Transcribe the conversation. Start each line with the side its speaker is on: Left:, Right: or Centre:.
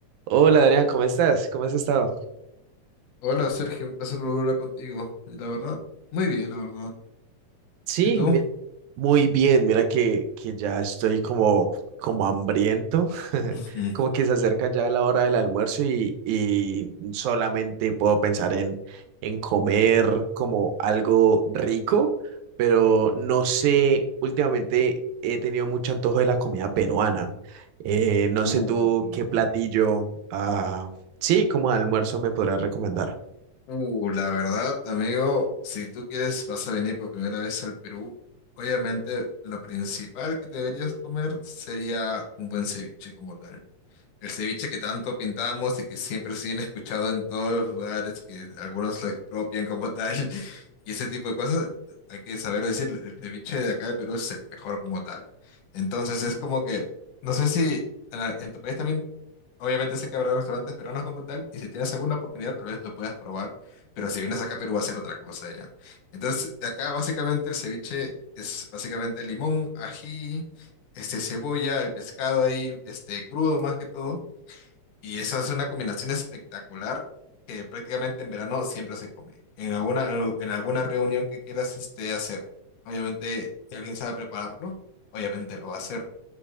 Right: Hola Adrián, ¿cómo estás? ¿Cómo has estado?
Left: Hola Sergio, un placer volver a hablar contigo. Y La verdad, muy bien, la verdad.
Right: Sí,
Left: ¿Y tú?
Right: mi- muy bien. Mira que, que ya estoy como, como hambriento, <laughs>
Left: Ujú.
Right: como que se acerca ya la hora del almuerzo y, y solamente puedo pensar en, en comer como algo rico, pero no sé, últimamente he tenido mucho antojo de la comida peruana. Eh, no
Left: Uh,
Right: sé tú qué platillo, ah, sí, como almuerzo me podrías recomendar.
Left: uh, la verdad, amigo, si tú quieres, vas a venir por primera vez al Perú. Obviamente, lo principal que deberías comer sería un buen ceviche como tal. El ceviche que tanto pintamos y que siempre se viene escuchado en todos los lugares, que algunos lo expropian como tal, <laughs> y ese tipo de cosas, hay que saber decir, el ceviche de acá de Perú es el mejor como tal. Entonces es como que, no sé si en la- en tu país también, obviamente sé que habrá restaurantes peruanos como tal, y si tienes alguna oportunidad tal vez lo puedas probar, pero si vienes acá a Perú va a ser otra cosa ya. Entonces acá básicamente el ceviche es básicamente limón, ají, este, cebolla, el pescado ahí, este, crudo más que todo y esa es una combinación espectacular que prácticamente en verano siempre se come. En alguna, en alguna reunión que quieras este, hacer. Obviamente, si alguien sabe prepararlo, obviamente lo va a hacer.